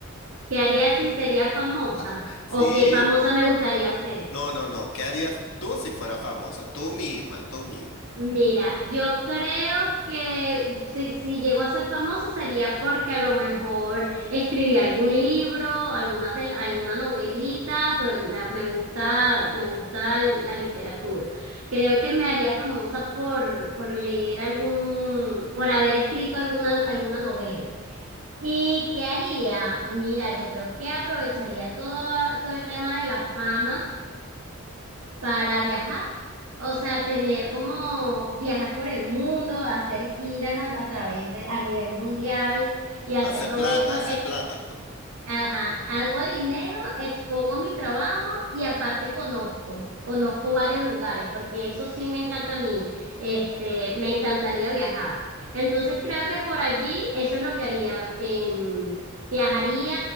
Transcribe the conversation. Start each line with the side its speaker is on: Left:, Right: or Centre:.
Right: ¿Qué haría si sería famosa?
Left: <laughs> Sí.
Right: ¿O qué famosa me gustaría ser?
Left: No, no, no. ¿Qué harías tú si fueras famosa? Tú misma, tú misma.
Right: Mira, yo creo que si, si llego a ser famoso sería porque a lo mejor escribí algún libro, alguna tel- alguna novelita, pues me, me gusta, me gusta la literatura. Creo que me haría famosa por, por leer algún, por haber escrito alguna, alguna novela. ¿Y qué haría? Mira, yo creo que aprovecharía todo, todo el tema de la fama para viajar. O sea, tener como viajar por el mundo, hacer giras a, a través de, a nivel mundial y así
Left: Hace
Right: aprovecho
Left: plata, hace plata.
Right: Ajá, hago dinero, expongo mi trabajo y aparte conozco, conozco varios lugares, porque eso sí me encanta a mí, este, me encantaría viajar. Entonces creo que por allí eso es lo que haría, em, viajaría